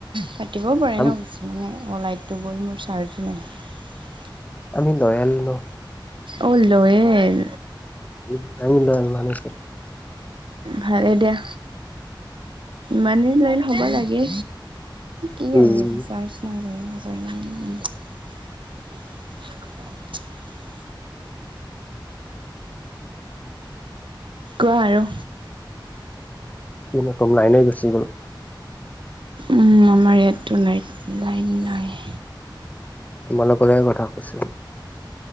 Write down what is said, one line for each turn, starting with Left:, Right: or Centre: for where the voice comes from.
Right: পাতিবও পাৰে
Left: আম
Right: ন কিছুমানে। লাইতটো গ'ল মোৰ চাৰ্জ <unintelligible>
Left: আমি লয়েল ন'।
Right: অ', লয়েল।
Left: <unintelligible>
Right: ভালেই দিয়া। মানু্হ লয়েল হ'ব লাগে। কি
Left: উম
Right: আহি আছে? চাৰ্ছ নাই চাগে। <unintelligible> কোৱা আৰু।
Left: কিনো কম, লাইনে গুছি গ'ল।
Right: উম, আমাৰ ইয়াতটো নাইট-লাইন নায়েই।
Left: তোমালোকৰে কথা কৈছো।